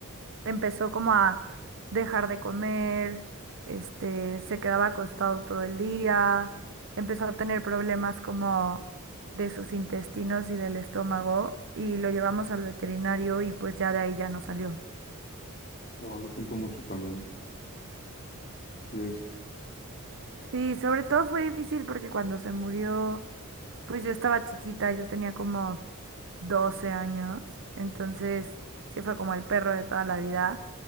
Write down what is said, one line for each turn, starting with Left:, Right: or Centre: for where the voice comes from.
Right: empezó como a dejar de comer, este, se quedaba acostado todo el día, empezó a tener problemas como de sus intestinos y del estómago y lo llevamos al veterinario y pues ya de ahí ya no salió.
Left: Oh, lo siento mucho también. Sí, es-
Right: Sí, sobre todo fue difícil porque cuando se murió, pues yo estaba chiquita, yo tenía como 12 años, entonces sí fue como el perro de toda la vida.